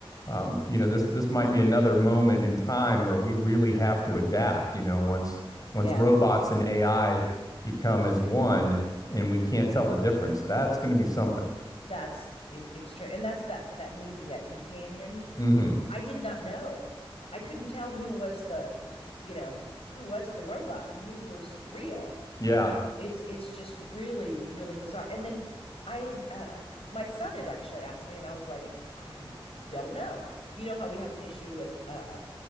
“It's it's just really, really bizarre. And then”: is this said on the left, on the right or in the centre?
Left